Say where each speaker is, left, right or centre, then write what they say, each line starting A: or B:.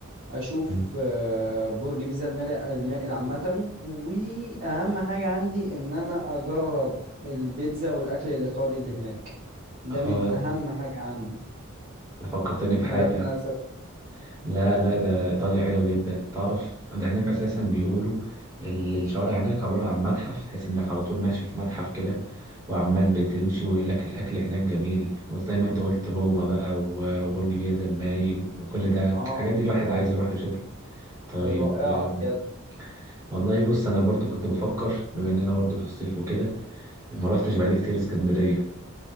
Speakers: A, on the right (about 60°); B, on the right (about 15°).
A: أشوف
B: مم.
A: أه برج بيزا المائل المائل عامة وأهم حاجة عندي إن أنا أجرب البيتزا والأكل الإيطالي اللي هناك ده
B: آه
A: من أهم حاجة عندي
B: فكرتني بحاجة
A: ما دام أنا هسافر
B: لا لا ده إيطاليا حلوة جدا تعرف ده هناك أساسا بيقولوا ال- الشوارع هناك عبارة عن متحف تحس إنك على طول ماشي في متحف كده وعمال بتمشي ويقول لك الأكل هناك جميل وزي ما أنت قلت روما بقى و- وبرج بيزا المايل وكل ده
A: اه
B: الحاجات دي الواحد عايز يروح يشوفها طيب
A: رائعة
B: آم،
A: بجد
B: والله بص أنا برضو كنت بفكر بما إننا برضو في الصيف وكده ما روحتش بقالي كتير اسكندرية